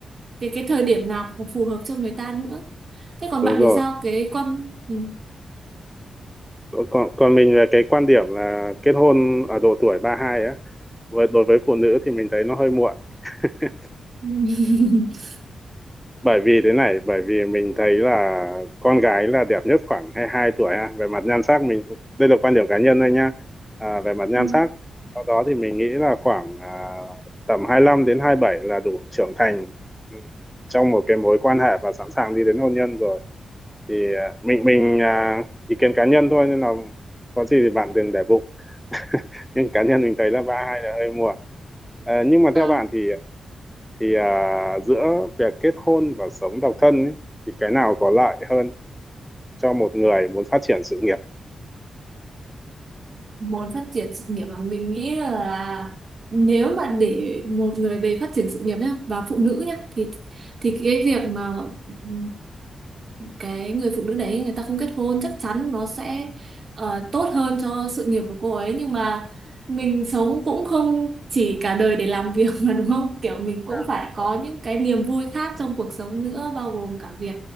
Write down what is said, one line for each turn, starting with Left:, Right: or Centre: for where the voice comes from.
Right: cái cái thời điểm nào cũng phù hợp cho người ta nữa thế còn
Centre: đúng
Right: bạn
Centre: rồi
Right: thì sao cái con ừ.
Centre: còn còn mình về cái quan điểm là kết hôn ở độ tuổi ba hai á với đối với phụ nữ thì mình thấy nó hơi muộn <laughs>
Right: <laughs>
Centre: bởi vì thế này bởi vì mình thấy là con gái là đẹp nhất khoảng 22 tuổi ha về mặt nhan sắc mình đây là quan điểm cá nhân thôi nha à, về mặt nhan
Right: Ừ.
Centre: sắc sau đó thì mình nghĩ là khoảng à, tầm 25 đến 27 là đủ trưởng thành ừ, trong một cái mối quan hệ và sẵn sàng đi đến hôn nhân rồi thì à, mình mình à, ý kiến cá nhân thôi nên là có gì thì bạn đừng để bụng <laughs> nhưng cá nhân mình thấy là ba hai là hơi muộn Ờ, nhưng mà
Right: Ờ,
Centre: theo bạn thì thì à, giữa việc kết hôn và sống độc thân ấy, thì cái nào có lợi hơn cho một người muốn phát triển sự nghiệp
Right: muốn phát triển sự nghiệp mà mình nghĩ là nếu mà để một người về phát triển sự nghiệp nhá và phụ nữ nhá thì thì cái việc mà ừ, cái người phụ nữ đấy người ta không kết hôn chắc chắn nó sẽ ờ, tốt hơn cho sự nghiệp của cô ấy nhưng mà mình sống cũng không chỉ cả đời để làm việc mà đúng không kiểu mình cũng
Centre: à,
Right: phải có
Centre: vâng.
Right: những cái niềm vui khác trong cuộc sống nữa bao gồm cả việc